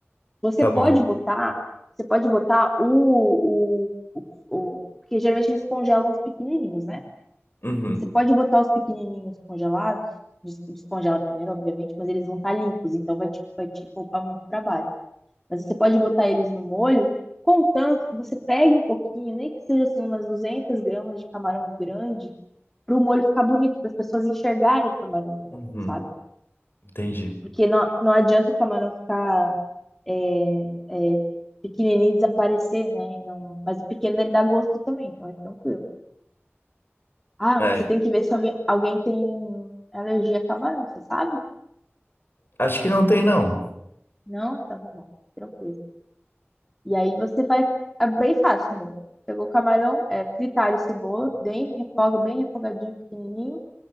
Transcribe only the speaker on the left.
tá
bom.
Uhum.
Uhum.
Entendi.
É,
acho que não tem não.